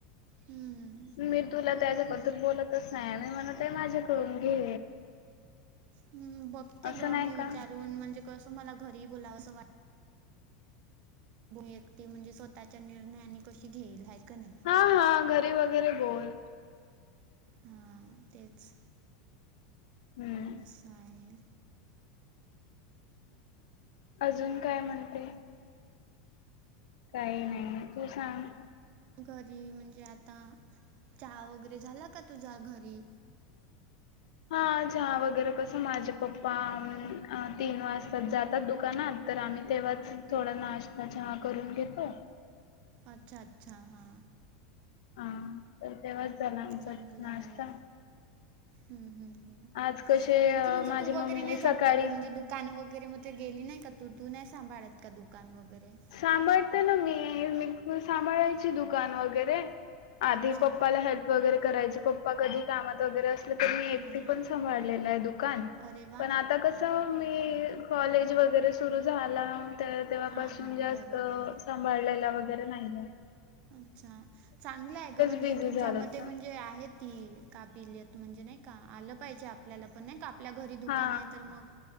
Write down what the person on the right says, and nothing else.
हम्म.
ह, बघते
ग
मी विचारून
म्हणजे कसं मला घरी बोलावंसं वाटत. बोल एकट म्हणजे स्वतःच्या निर्णयाने कशी घेईल हाय का नाही.
हा, तेच.
अस आहे.
घरी म्हणजे आता, चहा वगैरे झाला का तुझा घरी?
अच्छा अच्छा हा.
चांगला
आहे हम्म, हम्म, हम्म
आणखी
म्हणजे
तू वगैरे
नाही जात
का ग म्हणजे दु दुकान वगैरे मध्ये गेली नाही का तू तू नाही सांभाळत का दुकान वगैरे?
अच्छा
हो ना
अरे वा
हां
हां
बरोबर आहे
अच्छा चांगलं आहे ग म्हणजे
तुझ्या
मध्ये
म्हणजे आहे ती काबिलीयत म्हणजे नाही का आलं पाहिजे आपल्याला पण नाही का आपल्या घरी दुकान
आहे तर मग